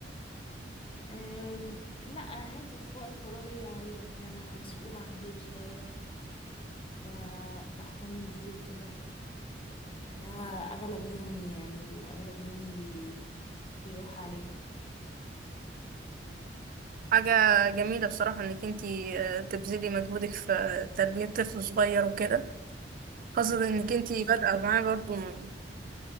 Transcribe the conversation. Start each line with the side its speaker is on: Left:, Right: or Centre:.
Left: أم، لا عادي في وقت فراغي يعني أنا مسؤولة عن بيبي صغير ب- بهتم بيه وكده ده أغلب يومي يعني أغلب يومي بي بيروح عليه
Right: حاجة جميلة بصراحة انك انتي آه، تبذلي مجهودك في تربية طفل صغير وكده خاصة انك انتي
Left: أكيد
Right: بادئة معاه برضو من-